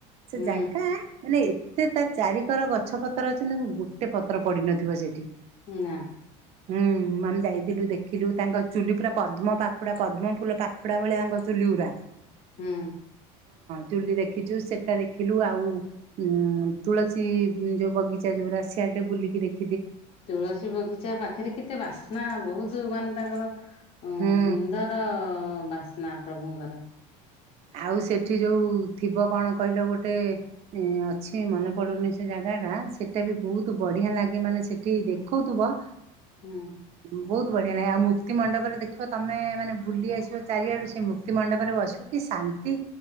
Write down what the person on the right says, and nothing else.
ସେ
ଜାଗା ମାନେ ଏତେ ତା ଚାରି ପକାର ଗଛ ପତ୍ର ଅଛି ହେନେ କୋଉ ଗୋଟେ ପତ୍ର ପଡିିନଥିବ ସେଠି।
ହୁଁ। ମାମ୍ ଯାଇଥିଲୁ ଦେଖିଲୁ ତାଙ୍କ ଚୁଲି ପୁରା ପଦ୍ମ ପାଖୁଡା ପଦ୍ମ ଫୁଲ ପାଖୁଡା ଭଳିଆ ତାଙ୍କ ଚୁଲିଉରା।
ଚୁଲି ଦେଖିଚୁ ସେଟା ଦେଖିଲୁ ଆଉ ଉଁ ତୁଳସୀ। ଛି ଯୋଉ ବଗିଚା ଯୋଉରା ସ୍ୟାଡେ ବୁଲିକି ଦେଖି
ହୁଁ
ଆଉ ସେଠି ଯୋଉ ଥିବ କଣ କହିଲ ଗୋଟେ ଉଁ ଅଛି ମନେ ପଡୁନି ସେ ଜାଗା ଗାଟା ସେଟା ବି ବୋହୁତ ବଢିଆ ଲାଗେ ମାନେ ସେଠି ଦେଖୋଉଥୁବ।
ବୋହୁତ ବଢ଼ିଆ ନାଗେ ଆଉ ମୁକ୍ତି ମଣ୍ଡପରେ ଦେଖିବ ତମେ ମାନେ ବୁଲି ଆସିବ ଚାରିଆଡ଼ୁ ସେଇ ମୁକ୍ତିମଣ୍ଡପରେ ବସିବ କି ଶାନ୍ତି